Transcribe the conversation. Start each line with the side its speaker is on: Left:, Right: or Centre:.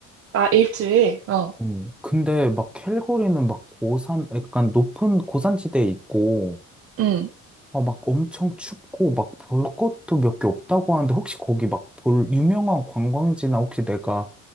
Right: 아, 일주일? 어,
Centre: 어, 근데 막 캘거리는 막 고산, 약간 높은 고산지대에 있고,
Right: 응.
Centre: 어, 막 엄청 춥고, 막 볼 것도 몇 개 없다고 하는데, 혹시 거기 막 볼 유명한 관광지나 혹시 내가